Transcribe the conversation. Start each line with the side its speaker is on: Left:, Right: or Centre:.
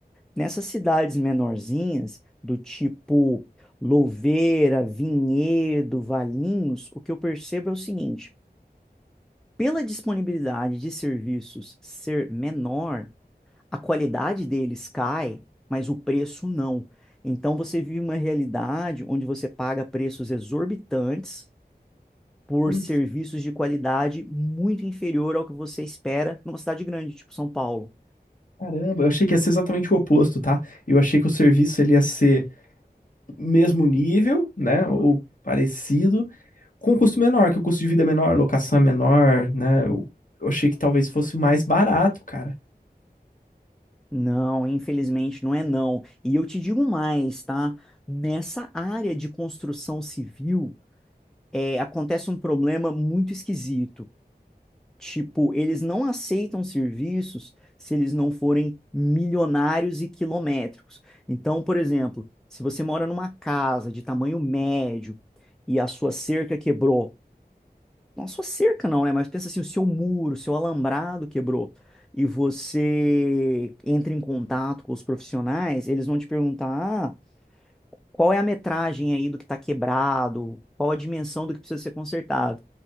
Centre: Nessas cidades menorzinhas, do tipo Louveira, Vinhedo, Valinhos, o que eu percebo é o seguinte: pela disponibilidade de serviços ser menor, a qualidade deles cai, mas o preço não. Então você vive uma realidade onde você paga preços exorbitantes por
Left: Putz,
Centre: serviços de qualidade muito inferior ao que você espera numa cidade grande, tipo São Paulo.
Left: caramba, eu achei que ia ser exatamente o oposto, tá? Eu achei que o serviço ele ia ser mesmo nível, né? Ou parecido, com um custo menor, que o custo de vida é menor, a locação é menor, né? Eu, eu achei que talvez fosse mais barato, cara.
Centre: Não, infelizmente não é não. E eu te digo mais, tá? Nessa área de construção civil, é, acontece um problema muito esquisito. Tipo, eles não aceitam serviços se eles não forem milionários e quilométricos. Então, por exemplo, se você mora numa casa de tamanho médio e a sua cerca quebrou, não só cerca não, né? Mas pensa assim, o seu muro, o seu alambrado quebrou e você entra em contato com os profissionais, eles vão te perguntar, ah, qual é a metragem aí do que está quebrado, qual a dimensão do que precisa ser consertado.